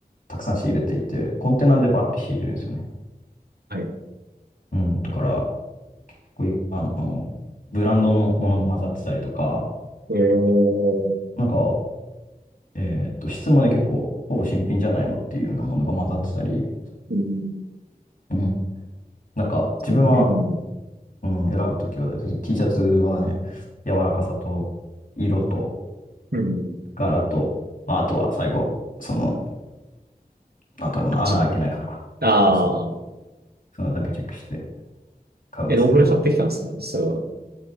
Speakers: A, on the left; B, on the right.
A: たくさん仕入れていて、コンテナでバッて仕入れるんですよね。
B: はい。
A: うん、だから、こういう、あの、ブランドのも、ものも混ざってたりとか、
B: えー
A: なんか、えーっと、質もね、結構、ほぼ新品じゃないのっていうようなものが混ざってたり、
B: うん
A: うん。なんか、自分は、
B: うん。
A: うん、選ぶときは大体 T シャツはね、柔らかさと、色と、
B: うん。
A: 柄と、まあ、あとは最後、その、なんだろうな、
B: 勝ちに。
A: 穴開いてないかとか、
B: ああ。
A: そうそう、そういうのだけチェックして買うんですけど、
B: え、どんぐらい買ってきたんですかそれは。